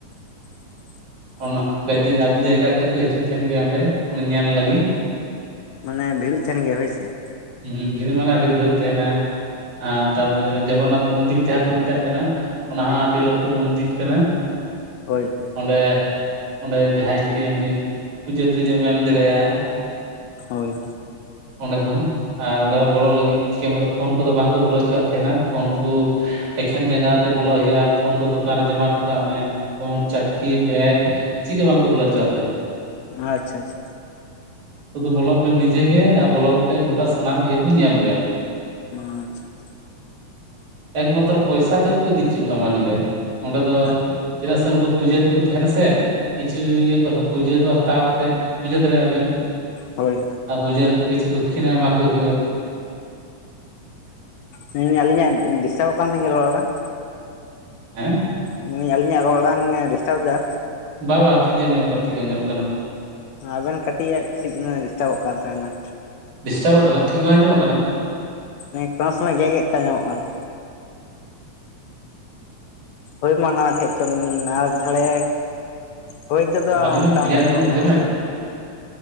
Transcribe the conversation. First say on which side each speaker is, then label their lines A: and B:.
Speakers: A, on the left; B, on the right.
A: <inaudible>
B: ᱚᱱᱟ ᱞᱟᱹᱭᱫᱟᱹᱧ ᱟᱹᱰᱤ ᱡᱟᱭᱜᱟ ᱠᱷᱚᱡ ᱠᱚ ᱦᱤᱡᱩᱜ ᱛᱟᱦᱮᱱ ᱜᱮᱭᱟ᱾ ᱚᱸᱰᱮ ᱩᱱᱤ ᱧᱮᱞ ᱞᱟᱹᱜᱤᱜ
A: ᱢᱟᱱᱮ ᱵᱷᱤᱲᱳᱜ ᱛᱟᱦᱮᱱ ᱜᱮᱭᱟ ᱦᱳᱭ ᱥᱮ,
B: ᱦᱩᱸ ᱵᱷᱤᱲ ᱢᱟᱱᱮ ᱟᱹᱰᱤ ᱵᱷᱤᱲᱚᱜ ᱛᱟᱦᱮᱱᱟ᱾ ᱟᱨ ᱛᱟᱨ ᱯᱚᱨᱮ ᱚᱱᱟ ᱡᱚᱜᱚᱱᱱᱟᱛᱷ ᱢᱚᱱᱫᱤᱨ ᱡᱟᱦᱟᱸ ᱠᱚ ᱢᱮᱛᱟᱜ ᱠᱟᱱᱟ ᱾ ᱚᱱᱟ ᱦᱚᱸ ᱟᱹᱰᱤ ᱞᱟᱹᱴᱩ ᱢᱚᱱᱫᱤᱨ ᱠᱟᱱᱟ᱾
A: ᱦᱳᱭ, ᱦᱳᱭ,
B: ᱚᱸᱰᱮ ᱚᱸᱰᱮ ᱡᱟᱦᱟᱸᱭ ᱡᱩᱫᱤ ᱮᱢᱱᱤ ᱯᱩᱡᱟᱹ ᱛᱩᱡᱟᱹᱢ ᱮᱢ ᱫᱟᱲᱮᱜᱼᱟ᱾
A: ᱦᱳᱭ, ᱦᱳᱭ,
B: ᱚᱸᱰᱮ ᱦᱚᱸ ᱟᱨ ᱚᱸᱰᱮ ᱦᱚᱸ ᱵᱚᱞᱚᱜ ᱞᱟᱹᱜᱤᱫ ᱠᱮᱢᱮᱨᱟ ᱯᱷᱳᱱ ᱠᱚᱫᱚ ᱵᱟᱝ ᱠᱚ ᱵᱚᱞᱚ ᱦᱚᱪᱚᱣᱟᱜ ᱛᱟᱦᱮᱱᱟ᱾ ᱯᱷᱳᱱ ᱠᱩ ᱮᱠᱷᱮᱱ ᱡᱟᱸᱜᱟ ᱛᱮ ᱵᱚᱞᱚ ᱦᱳᱭᱳᱜᱼᱟ᱾ ᱯᱷᱳᱱ ᱫᱚ ᱫᱚᱠᱟᱱ ᱨᱮ ᱡᱚᱢᱟ ᱦᱚᱴᱚᱠᱟᱜ ᱢᱮᱱ, ᱯᱷᱳᱱ ᱪᱟᱴᱠᱤ ᱵᱮᱜᱽ ᱪᱤᱜ ᱜᱮ ᱵᱟᱝᱠᱚ ᱵᱚᱞᱚ ᱦᱚᱪᱚᱣᱟᱜ ᱛᱟᱦᱮᱱᱟ᱾
A: ᱟᱪᱪᱷᱟ ᱟᱪᱪᱷᱟ᱾
B: ᱥᱩᱫᱩ ᱵᱚᱞᱚᱜ ᱵᱮᱱ ᱱᱤᱡᱮ ᱜᱮ ᱟᱜ ᱵᱚᱞᱚ ᱠᱟᱛᱮᱜ ᱜᱚᱴᱟ ᱥᱟᱱᱟᱢ ᱤᱭᱟᱹ ᱠᱚ ᱧᱮᱞ ᱵᱮᱱ
A: ᱟ ᱟᱪᱪᱷᱟ, ᱪᱷᱟ,
B: ᱮᱠᱢᱟᱛᱨᱚ ᱯᱚᱭᱥᱟ ᱛᱮᱜ ᱠᱚ ᱤᱫᱤ ᱦᱚᱪᱚᱣᱟᱜᱼᱟ ᱢᱟᱱᱤ ᱵᱮᱜᱽ ᱚᱸᱰᱮ ᱫᱚ
A: ᱟᱪᱪᱷᱟ
B: ᱪᱮᱫᱟᱜ ᱥᱮ ᱩᱱᱠᱩ ᱯᱩᱡᱟᱹᱨᱤ ᱠᱚ ᱛᱟᱦᱮᱱᱟ ᱥᱮ, ᱠᱤᱪᱷᱩ ᱤᱭᱟᱹ ᱠᱚ ᱦᱟ ᱯᱩᱡᱟᱹ ᱠᱚ ᱦᱟᱛᱟᱣ ᱠᱟᱛᱮᱜ ᱯᱩᱡᱟᱹ ᱫᱟᱲᱮᱜ ᱟᱵᱮᱱ,
A: ᱦᱳᱭ
B: ᱟᱨ ᱯᱩᱡᱟᱹᱨᱤ ᱠᱚ ᱠᱤᱪᱷᱩ ᱫᱚᱠᱠᱷᱤᱱᱱᱟ ᱮᱢᱟ ᱠᱚ ᱦᱩᱭᱩᱜᱼᱟ᱾
A: ᱦᱳᱭ ᱟᱹᱞᱤᱧᱟᱜ ᱰᱤᱥᱴᱟᱵᱚᱜ ᱠᱟᱱ ᱛᱤᱧᱟ ᱨᱚᱲ ᱟᱲᱟᱝ
B: ᱦᱮᱸ,
A: ᱢᱟᱱᱮ ᱟᱞᱤᱧᱟᱜ ᱨᱚᱲ ᱟᱲᱟᱝ ᱮ ᱰᱤᱥᱴᱟᱵᱽ ᱫᱟ?
B: ᱵᱟ ᱵᱟ ᱴᱷᱤᱠ ᱜᱮ ᱟᱸᱡᱚᱢᱚᱜ ᱠᱟᱱᱟ ᱴᱷᱤᱠ ᱜᱮ ᱟᱸᱡᱚᱢᱚᱜ ᱠᱟᱱᱟ ᱾
A: ᱟᱵᱮᱱ ᱠᱟᱹᱴᱤᱡ ᱟᱜ ᱠᱟᱹᱴᱤᱡ ᱰᱤᱥᱴᱟᱵᱚᱜ ᱠᱟᱱ ᱛᱟᱦᱮᱱᱟ᱾
B: ᱰᱤᱥᱴᱟᱵᱚᱜ ᱠᱟᱱᱟ ᱴᱷᱤᱠ ᱵᱟᱝ ᱟᱸᱡᱚᱢᱚᱜ ᱠᱟᱱᱟ?
A: ᱮᱸ ᱠᱟᱸ ᱥᱚᱢᱚᱭ ᱜᱮᱫ ᱜᱮᱫ ᱛᱮ ᱟᱸᱡᱚᱢᱚᱜ ᱠᱟᱱᱟ᱾ ᱦᱳᱭ ᱢᱟ ᱱᱚᱣᱟ ᱪᱮᱫ ᱪᱚᱝ ᱟᱨ ᱛᱷᱟᱞᱮ, ᱦᱳᱭ ᱱᱤᱛᱳᱜ ᱫᱚ
B: ᱟᱹᱞᱤᱧ
A: ᱢᱳᱴᱟᱢᱩᱴᱤ
B: ᱢᱟ ᱠᱞᱤᱭᱟᱨ
A: ᱟᱸᱡᱚᱢᱚᱜ
B: ᱜᱮᱞᱤᱧ ᱟᱸᱡᱚᱢᱮᱫ
A: ᱠᱟᱱᱟ᱾